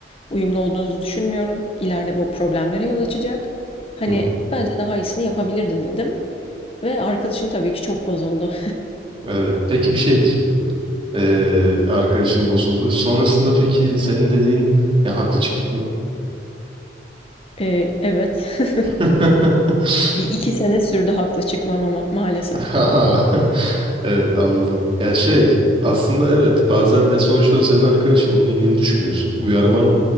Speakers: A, on the left; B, on the right.
A: "Uyumlu olduğunuzu düşünmüyorum. İleride bu problemlere yol açacak. Hani,
B: Hı hı.
A: bence daha iyisini yapabilirdin." dedim ve arkadaşım tabii ki çok bozuldu.
B: Evet. Peki bir şey diyeceğim. Ee, arkadaşın bozuldu. Sonrasında peki senin dediğin ya haklı çıktın mı?
A: <laughs> Eee, evet. <laughs>
B: <laughs>
A: Bir 2 sene sürdü haklı çıkmam ama maalesef.
B: Aha. Evet anladım. Ya şey aslında evet bazen ya sonuçta o senin arkadaşın onun iyiliğini düşünüyorsun. Uyarman